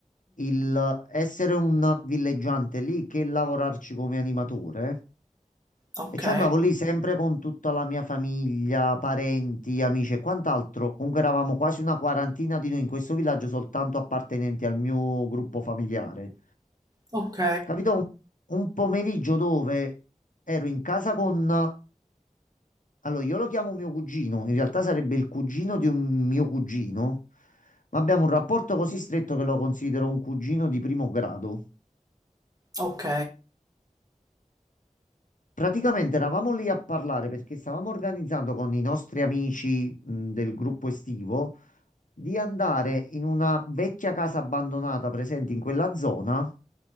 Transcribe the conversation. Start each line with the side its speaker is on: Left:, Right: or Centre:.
Left: il essere un villeggiante lì che lavorarci come animatore.
Right: Ok,
Left: E ci andavo lì sempre con tutta la mia famiglia, parenti, amici e quant'altro. Comunque eravamo quasi una quarantina di noi in questo villaggio, soltanto appartenenti al mio gruppo familiare.
Right: ok,
Left: Capito? Un un pomeriggio dove ero in casa con allora, io lo chiamo mio cugino, in realtà sarebbe il cugino di un mio cugino, ma abbiamo un rapporto così stretto che lo considero un cugino di primo grado.
Right: ok.
Left: Praticamente eravamo lì a parlare perché stavamo organizzando con i nostri amici, mh, del gruppo estivo di andare in una vecchia casa abbandonata presente in quella zona